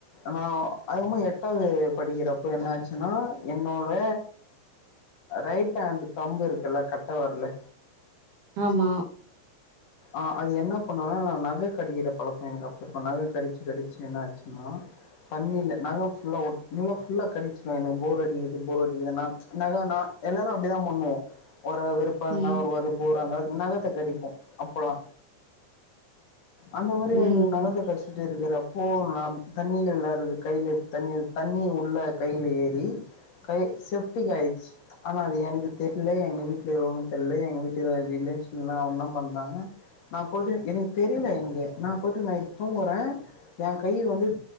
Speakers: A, on the left; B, on the right.
A: நான் அது கபற எட் ட்டவது படிகிறப என்னச்சின்னா என்னோட ரைட் ஹேட் தம்புயிருக்கள கட்டவிரலு
B: ஆம்மா
A: ஆஹ் அது என்ன பண்ணுனுனா நா நக கடிக்கிற பழக்க எனக்கு அப்பு பன்னாலே கடிச்சு கடிச்சு என்ன ஆச்சுன்னா தண்ணில நகஃபுல்லா நல்லா ஃபுல்லா கடிச்சிடவ எனக்க போர் அடிக்குது போர் அடிக்குனா நக நா எல்லாரு அப்டிதா பண்ணுவோ ஒரு விருப்பல்ல
B: ம்
A: ஒருவது போராந்தா நகத்த கடி அப்பலா அந்த மாரி
B: ம்
A: நகத கச்சுட்டே இருக்குரப் போனாம் தண்ணில வெளாடறது கையில தண்ணி தண்ணி உள்ள கையில ஏறி கை செஃப்டிக் ஆச்சு அனா அது எனக்கு தெரில எங்க வீட்லருவங்கு தெரில எங்க வீட்டுக்வர ரிலேஷன்னா ஒன்னா பண்ரங்க நா போய்ட்டு எனக்கு தெரில என்கு நா போய்டு நைட்டு தூங்குறே என் கை வந்து